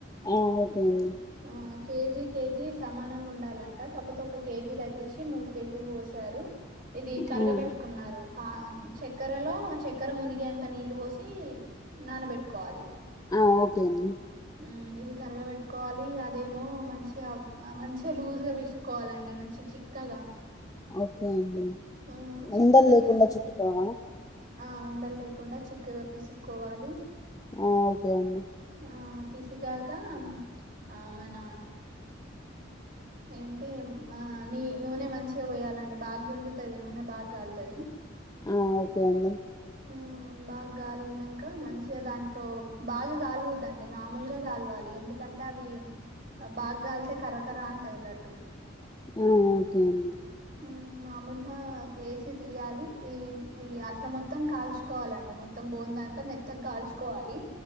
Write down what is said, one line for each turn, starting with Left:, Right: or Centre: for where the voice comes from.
Left: ఆ ఓకే అండి
Right: ఆ కేజీ కేజీ సమానంగుండాలంట కాపోతే ఒక కేజీ తగ్గిచ్చి మూడు కేజీలు పోసారు ఇది కరగబెట్
Left: మ్మ్.
Right: నారు పా చక్కెరలో చక్కెర మునిగే అంత నీళ్లు పోసి నానబెట్టుకోవాలి
Left: ఆ ఓకే అండి
Right: మ్ ఇది కరగ పెట్టుకోవాలి అదేమో మంచిగా మంచిగా లూజుగా పిసుక్కోవాలండి మంచి చిక్కగా
Left: ఓకే అండి
Right: ఆ చిక్కగా
Left: ఉండల్లేకుండ
Right: పీస్
Left: చుట్టుకోనా
Right: ఆ ఉండల్లేకుండా చిక్కగా పిసు క్కోవాలి
Left: ఆ ఓకే అండి
Right: ఆ పిసికాక ఆ మన ఏంటి ఆ నీ నూనె మంచిగా పోయాలండి బాగ్ గుంజు తది నూనె బాగ్గాల్తది
Left: ఆ ఓకే అండి
Right: మ్ బా గ్గాలినంక మంచిగా దాంట్లో బాగా గాలువద్దండి మామూలుగా కాల్వాలి ఎందుకంటే అవి బాగ్గాలితే కరకర అంటది లడ్డు
Left: ఉ ఓకే అండి
Right: మ్ మామూలు అ ఏసి తియ్యాలి ఈ అట్లా మొత్తం కాల్చుకోవాలండి మొత్తం బోందంతా మెత్తగా కాల్చుకోవాలి